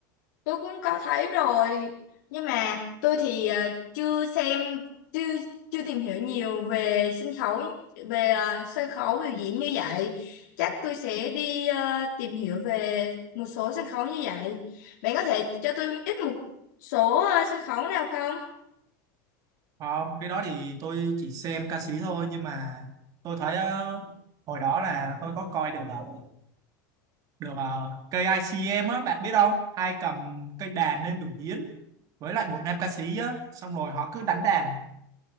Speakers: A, on the left; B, on the right.
A: tôi cũng có thấy rồi nhưng mà tôi thì ờ, chưa xem chưa chưa tìm hiểu nhiều về sân khấu về ờ, sân khấu biểu diễn như vậy chắc tôi sẽ đi ờ, tìm hiểu về một số sân khấu như vậy bạn có thể cho tôi ít một số ờ, sân khấu nào không
B: không cái đó thì tôi chỉ xem ca sĩ thôi nhưng mà tôi thấy ờ, hồi đó là tôi có coi được ờ, được ờ, KICM á bạn biết không hai cầm cây đàn lên biểu diễn với lại một nam ca sĩ á xong rồi họ cứ đánh đàn